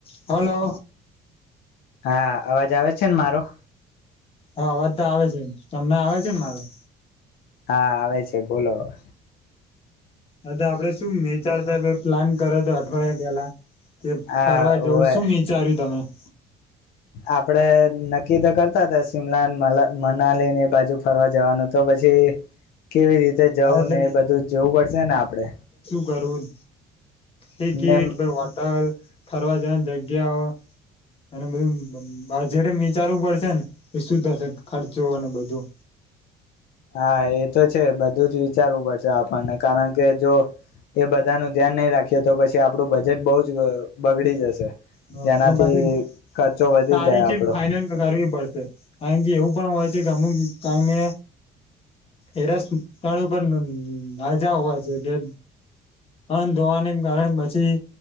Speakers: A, on the left (about 35°); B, on the left (about 75°).
A: હલો.
B: હા, અવાજ આવે છે ન મારો?
A: હા, આવાજ તો આવે છે. તમને આવે છે ને મારા?
B: હા, આવે છે બોલો હવે.
A: અ તો આપડે શું વનેચર તો હવે પ્લાન કરે તો થોડે બોલા કે
B: હા
A: ફરવા જવો
B: ઓવે
A: શું વિચાર્યું તમે? <inaudible>
B: આપડે નક્કી તો કરતા હતા શિમલાને મલા-મનાલી ને એ બાજુ ફરવા જવાના તો પછી કેવી રીતે જવું
A: હા એટલે
B: ને એ બધું જોવું પડશે ને આપડે.
A: કરુંન હૈ ગીટ
B: ને
A: બે વોટર ફરવા જાયની જગ્યાઓ એણે બહુ મમ બા જારે વિચારવું પડશે ને એ સુું થશે ખર્ચો અને બધું.
B: હા, એ તો છે બધું જ વિચારવું પડશે આપણને કારણ કે જો એ બધા નું ધ્યાન નહી રાખીએ તો પછી આપડું બજેટ બહુ જ અહ બગડી જશે.
A: હ
B: તેનાથી
A: અને પાછી
B: ખર્ચો વધી
A: તારીખે
B: જાય આપડો
A: ફાાઈનલ કરવી પડશે. કારણ એવું પણ હોય છે કે અમુક કારણે એરસ સ્થળ ઉપરજા નાજા હોય છે કે અંધ ધોવાને કારણે પછી